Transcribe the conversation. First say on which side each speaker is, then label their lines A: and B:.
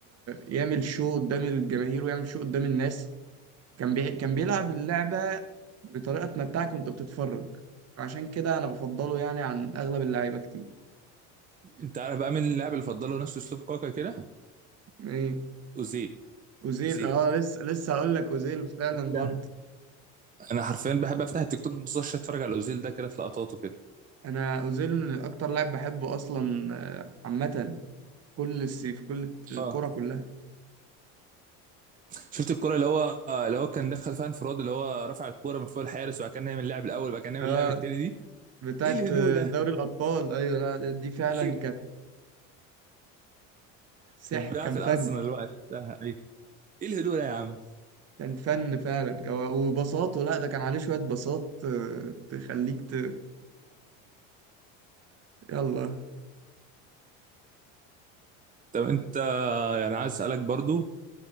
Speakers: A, on the right (about 40°); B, on the right (about 20°).
A: يعمل شو قدام الجماهير ويعمل شو قدام الناس كان بي... كان بيلعب اللعبة بطريقة تمتعك وانت بتتفرج فعشان كده انا بفضله يعني عن اغلب اللعيبة كتير
B: انت عارف بقى مين اللاعب اللي فضله نفس اسلوب كوكا كده
A: ايه
B: اوزيل
A: اوزيل
B: اوزيل
A: اه لسه لسه هقول لك اوزيل فعلا
B: مين
A: برضه
B: ده؟ انا حرفيا بحب افتح التيك توك ما بصش اتفرج على اوزيل ده كده في لقطاته كده
A: انا اوزيل من اكتر لاعب بحبه اصلا آه، عامة كل السي في كل الكرة
B: اه
A: كلها
B: شفت الكرة اللي هو اللي هو كان دخل فيها انفراد اللي هو رفع الكرة من فوق الحارس وبعد كده نعمل اللاعب الاول وبعد كده نعمل
A: اه
B: اللاعب التاني دي
A: بتاعت
B: ايه الهدوء ده؟
A: دوري الأبطال أيوة لا دي فعلا
B: ايوه
A: كانت سح
B: كان بيلعب
A: كان
B: في
A: فن
B: الارسنال الوقت ده. أيوة. ايه الهدوء ده يا عم؟
A: كان فن فعلا كو- وبساطه لا ده كان عليه شوية بساط آه، تخليك ت... يلا
B: طب انت يعني عايز اسالك برضو